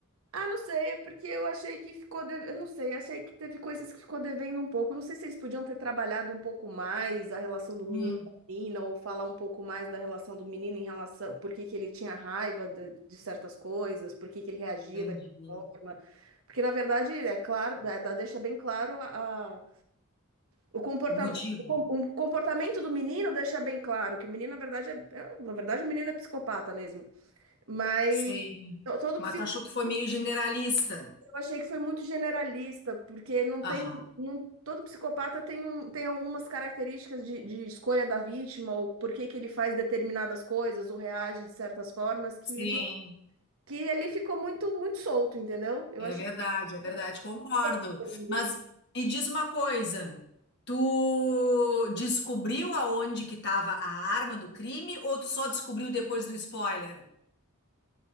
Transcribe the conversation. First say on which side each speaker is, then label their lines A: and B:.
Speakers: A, on the right (about 70°); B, on the left (about 50°).
A: Ah, não sei, é porque eu achei que ficou, de... eu não sei, achei que teve coisas que ficou devendo um pouco. Eu Não sei se eles podiam ter trabalhado um pouco mais a relação do menino
B: Hum,
A: com a menina, ou falar um pouco mais da relação do menino em relação, por que que ele tinha raiva de, de certas coisas, por que que ele reagia
B: entendi.
A: daquela forma. Porque, na verdade, é claro, dá- dá- deixa bem claro a, a- o comportamento,
B: O motivo.
A: o comportamento do menino deixa bem claro que o menino, na verdade, é, é- na verdade, o menino é psicopata mesmo. Mas
B: Sim.
A: to- todo
B: Mas tu achou que foi meio generalista?
A: eu achei que foi muito generalista, porque não tem,
B: Aham.
A: não, todo psicopata tem, um, tem algumas características de, de escolha da vítima, ou por que que ele faz determinadas coisas, ou reage de certas formas, que,
B: Sim,
A: não- que ali ficou muito, muito solto, entendeu? Eu
B: é
A: achei
B: verdade,
A: que
B: é verdade, concordo.
A: ficou devendo.
B: Mas me diz uma coisa, tu descobriu aonde que estava a arma do crime ou tu só descobriu depois do spoiler?